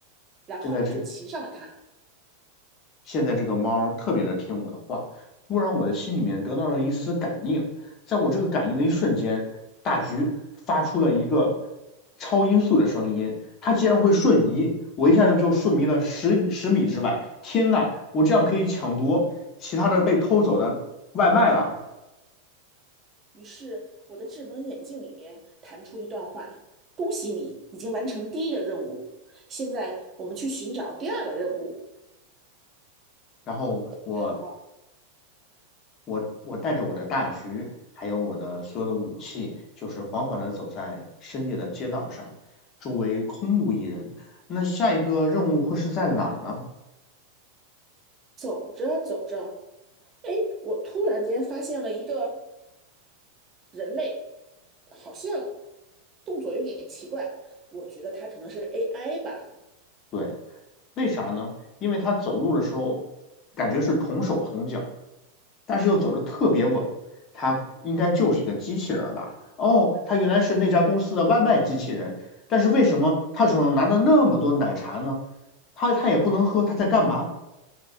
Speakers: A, on the right; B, on the left.
A: 然后我就骑上了它，
B: 现在这现在这个猫儿特别的听我的话，忽然我的心里面得到了一丝感应，在我这个感应的一瞬间，大橘发出了一个超音速的声音，它竟然会瞬移，我一下子就瞬移了十十米之外，天呐，我这样可以抢夺其他的被偷走的外卖了。
A: 于是我的智能眼镜里面弹出一段话：“恭喜你已经完成第一个任务，现在我们去寻找第二个任务。”
B: 然后我
A: 时候
B: 我我带着我的大狙，还有我的所有的武器，就是缓缓地走在深夜的街道上，周围空无一人。那下一个任务会是在哪儿呢？
A: 走着走着，哎，我突然间发现了一个人类，好像动作有点奇怪，我觉得它可能是 AI 吧。
B: 对，为啥呢？因为他走路的时候感觉是同手同脚，但是又走得特别稳。他应该就是一个机器人儿吧？哦，他原来是那家公司的外卖机器人，但是为什么他手上拿的那么多奶茶呢？他他也不能喝，他在干嘛？